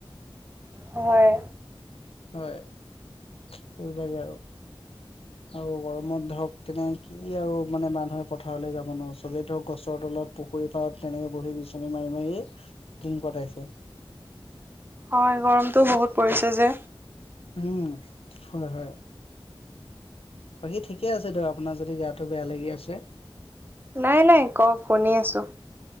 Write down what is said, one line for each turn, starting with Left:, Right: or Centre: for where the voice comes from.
Right: হয়।
Left: হয় সেই বিলাকে আৰু আৰু গৰমত ধৰক তেনে কি আৰু মানে মানুহে পথাৰলৈ যাব নো চবে ধৰক গছৰ তলত পুখুৰীৰ পাৰত তেনেকে বহি বিচনী মাৰি মাৰিয়ে দিন কটাইছিলে।
Right: হয় গৰমটো বহুত পৰিছে যে
Left: উম হয় হয় বাকী ঠিকে আছে ধ আপোনাৰ যদি গাটো বেয়া লাগি আছে।
Right: নাই নাই কওক শুনি আছোঁ